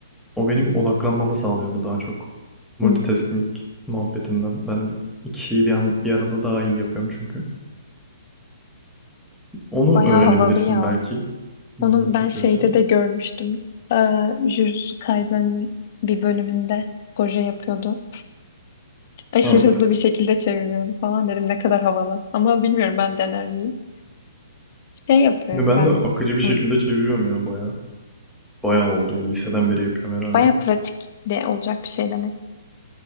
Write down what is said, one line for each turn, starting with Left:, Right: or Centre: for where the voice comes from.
Centre: O benim odaklanmamı sağlıyordu daha çok. Multitasking
Left: Hı.
Centre: muhabbetinden. Ben iki şeyi bir, an, bir arada daha iyi yapıyorum çünkü. Onu
Left: Bayağı
Centre: öğrenebilirsin
Left: havalı ya.
Centre: belki. ilgini
Left: Onun
Centre: çekiyorsa.
Left: ben şeyde de görmüştüm. Ee, Jujutsu Kaisen'in bir bölümünde Gojo yapıyordu. Aşırı
Centre: Evet.
Left: hızlı bir şekilde çeviriyordu falan dedim ne kadar havalı. Ama bilmiyorum ben dener miyim? Şey yapıyorum
Centre: Ben
Left: ben.
Centre: de akıcı bir şekilde
Left: Hı.
Centre: çeviriyorum ya bayağı. Bayağı oldu yani liseden beri yapıyorum herhalde.
Left: Baya pratik de olacak bir şey demek.